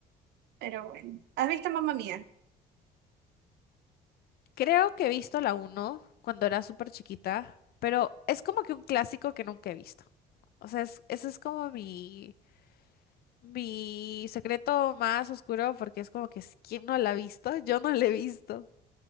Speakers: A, on the right (about 80°); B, on the left (about 65°).
A: Pero bueno. ¿Has visto Mamma Mía?
B: Creo que he visto la uno cuando era súper chiquita, pero es como que un clásico que nunca he visto. O sea, es- ese es como mi, mi secreto más oscuro porque es como que si, ¿quién no la ha visto? Yo no la he visto.